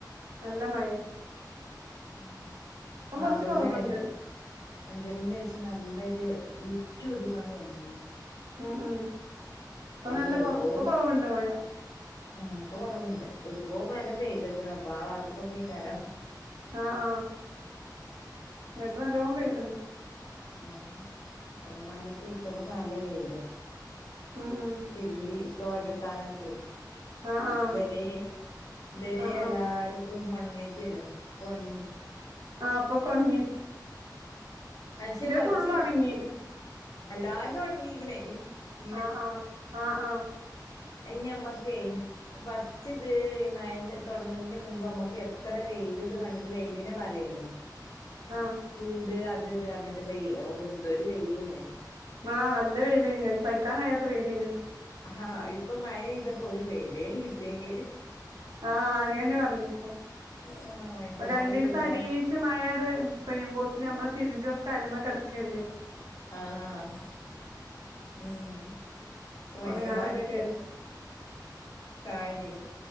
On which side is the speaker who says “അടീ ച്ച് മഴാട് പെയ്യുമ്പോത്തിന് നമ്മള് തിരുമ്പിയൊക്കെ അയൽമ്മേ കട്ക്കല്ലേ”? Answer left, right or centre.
Right